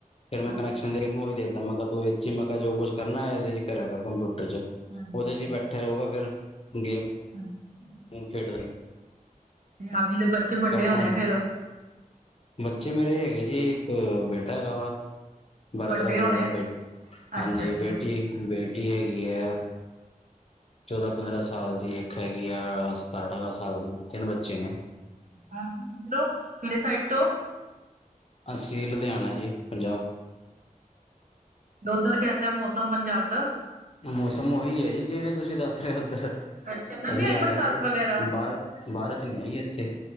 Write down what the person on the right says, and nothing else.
ਹਾਂਜੀ
ਹਾਂਜੀ
ਹਾਂਜੀ
ਹਾਂਜੀ
ਆਪ ਜੀ ਦੇ ਬੱਚੇ ਵੱਡੇ ਹੋਣੇ
ਫੇਰ
ਵੱਡੇ
ਹੋਣੇ
ਅੱਛਾ
ਅੱਛਾ
ਜੀ
ਹਾਂਜੀ ਕਿੱਧਰੋਂ ਕਿ੍ਹੇ ਸਾਈਡ ਤੋਂ
ਉੱਧਰ ਕੈਸਾ ਮੌਸਮ ਪੰਜਾਬ ਦਾ
ਅੱਛਾ ਇੱਧਰ
ਨੀ ਆਈ
ਬਰਸਾਤ
ਵਗੈਰਾ